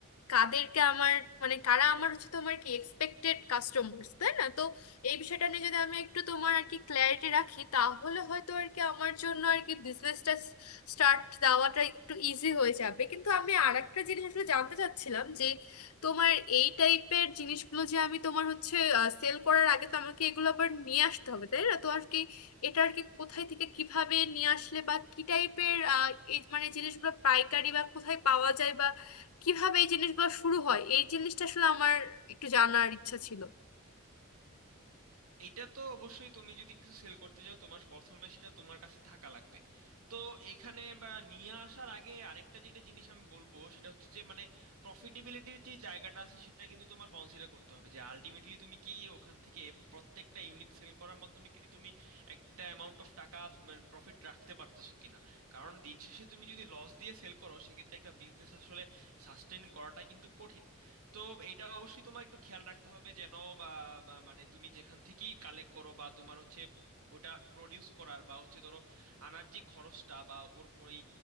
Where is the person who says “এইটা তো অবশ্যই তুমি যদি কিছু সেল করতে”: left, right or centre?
Right